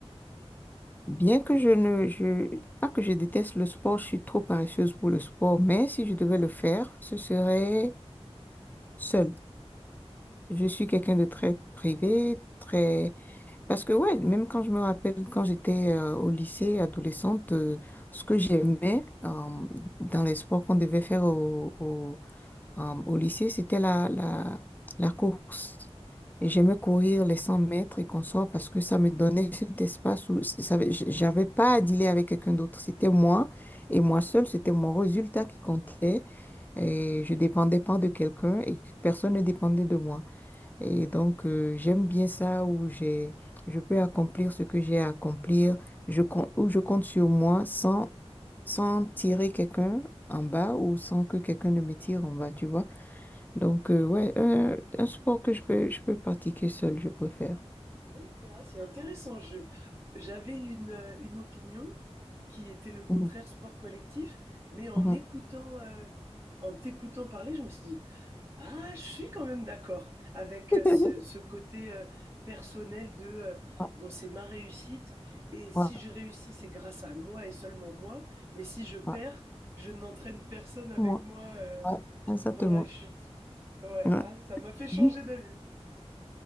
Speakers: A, on the left; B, on the right.
A: Bien que je ne, je, pas que je déteste le sport, je suis trop paresseuse pour le sport, mais si je devais le faire, ce serait seule. Je suis quelqu'un de très privé, très... Parce que ouais, même quand je me rappelle, quand j'étais euh, au lycée, adolescente, euh, ce que j'aimais euh, dans les sports qu'on devait faire au, au- euh, au lycée, c'était la, la, la course. Et j'aimais courir les 100 mètres et consorts parce que ça me donnait cet espace où ça- j'avais pas à dealer avec quelqu'un d'autre. C'était moi et moi seule, c'était mon résultat qui comptait. Et je dépendais pas de quelqu'un et personne ne dépendait de moi. Et donc, euh, j'aime bien ça où j'ai, je peux accomplir ce que j'ai à accomplir, je compte, où je compte sur moi sans, sans tirer quelqu'un en bas ou sans que quelqu'un ne me tire en bas, tu vois. Donc, euh, ouais, un, un sport que je peux, je peux pratiquer seul, je préfère.
B: Ok, Ah, C'est intéressant. Je, j'avais une, euh, une opinion qui était le contraire
A: Mhm,
B: sport collectif, mais en
A: mhm.
B: écoutant, euh, en t'écoutant parler, je me suis dit, ah, je suis quand même d'accord avec
A: <laughs>
B: euh, ce, ce côté euh, personnel de, euh,
A: Ouais,
B: bon, c'est ma réussite, et si
A: ouais,
B: je réussis, c'est grâce à moi et seulement moi, mais si je perds,
A: ouais.
B: je n'entraîne personne avec
A: Moi,
B: moi euh,
A: ouais, exactement.
B: Dans la chute. Ouais,
A: Ouais.
B: ah, ça m'a fait changer
A: <laughs> Mhm.
B: d'avis.